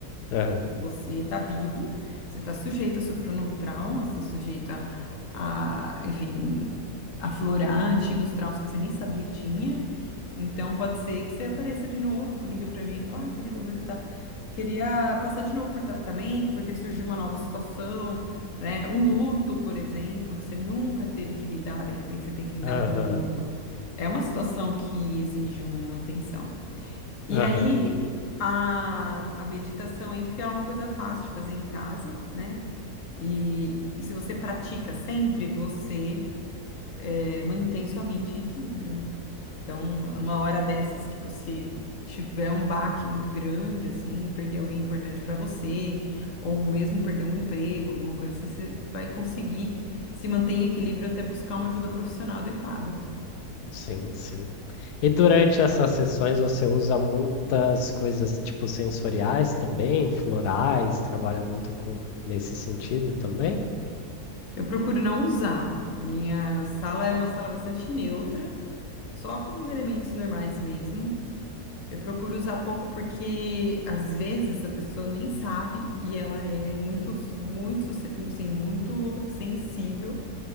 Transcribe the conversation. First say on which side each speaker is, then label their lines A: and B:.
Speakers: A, on the left; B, on the left.
A: Aham,
B: Você está vivo, você está sujeito a sofrer um novo trauma, você está sujeito a, a, enfim, aflorar antigos traumas que você nem sabia que tinha. Então, pode ser que você apareça de novo, liga para mim e fala, ai, querida, eu tá- queria passar de novo por tratamento, porque surgiu uma nova situação, né? Um luto, por exemplo, que você nunca teve que lidar, de repente você tem que lidar
A: aham,
B: com um luto. É uma situação que exige uma atenção. E
A: aham.
B: aí a, a meditação entra porque ela é uma coisa fácil de fazer em casa, né? E, e se você pratica sempre, você eh, mantém sua mente em equilíbrio, né? Então, uma hora dessas que você tiver um baque muito grande, assim, perder alguém importante para você, ou mesmo perder um emprego, alguma coisa assim, você vai conseguir se manter em equilíbrio até buscar uma ajuda profissional adequada.
A: Sim, sim. E durante essas sessões você usa muitas coisas tipo sensoriais também, florais, trabalha muito com nesse sentido também?
B: Eu procuro não usar. Minha sala é uma sala bastante neutra, só com os elementos normais mesmo. Eu procuro usar pouco porque às vezes a pessoa nem sabe e ela é muito, muito, susce- assim, muito sensível